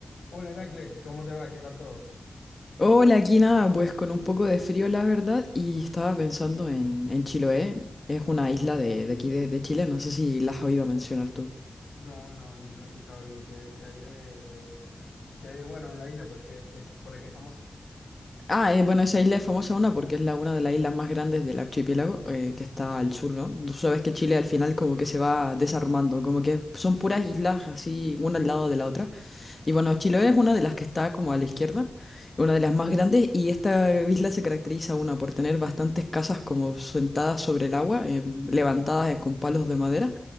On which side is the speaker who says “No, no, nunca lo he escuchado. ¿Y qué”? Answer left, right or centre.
Left